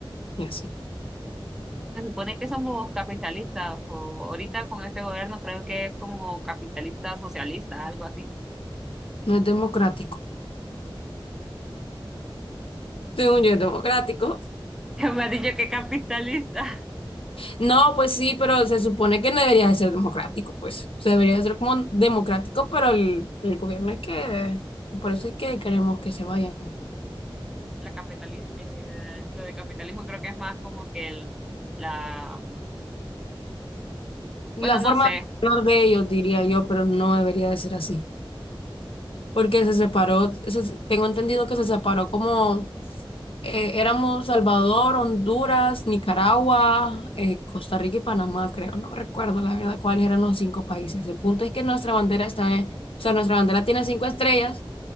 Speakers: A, on the left; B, in the centre.
A: y así.
B: Se supone que somos capitalistas, o ahorita con este gobierno creo que es como capitalista socialista, algo así.
A: No es democrático. Según yo, es democrático.
B: <laughs> Me ha dicho que capitalista.
A: No, pues sí, pero se supone que no debería de ser democrático, pues. O sea, debería de ser como democrático, pero el, el gobierno es que, por eso es que queremos que se vayan.
B: La capitali- eh, lo de capitalismo creo que es más como que el, la,
A: La
B: bueno, no
A: forma
B: sé.
A: de hablar de ellos, diría yo, pero no debería de ser así. Porque se separó, se- tengo entendido que se separó como eh, éramos Salvador, Honduras, Nicaragua, eh, Costa Rica y Panamá, creo. No recuerdo la verdad cuáles eran los cinco países. El punto es que nuestra bandera está en, o sea, nuestra bandera tiene cinco estrellas.